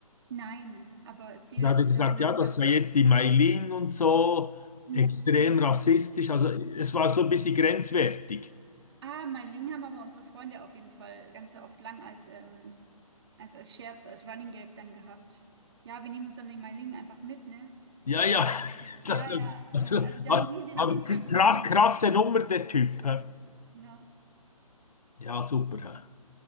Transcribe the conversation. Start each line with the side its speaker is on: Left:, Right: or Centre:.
Right: Nein, aber erzähl,
Left: Da hat er gesagt,
Right: dann wurde
Left: ja,
Right: quasi.
Left: das sei jetzt die Mailin und so,
Right: Hm.
Left: extrem rassistisch. Also es war so ein bisschen grenzwertig.
Right: Ah, Meiling haben aber unsere Freunde auf jeden Fall ganz oft lang als, ähm, als, als Scherz, als Running Gag dann gehabt. Ja, wir nehmen uns dann den Meiling einfach mit, ne?
Left: Ja,
Right: Irgendwie
Left: ja,
Right: so aus dem,
Left: <laughs> das,
Right: ja, ja,
Left: also,
Right: dann, also dann haben die den
Left: aber
Right: auf jeden
Left: krass,
Right: Fall gesehen.
Left: krasse Nummer, der Typ. hä?
Right: Ne?
Left: Ja, super. hä?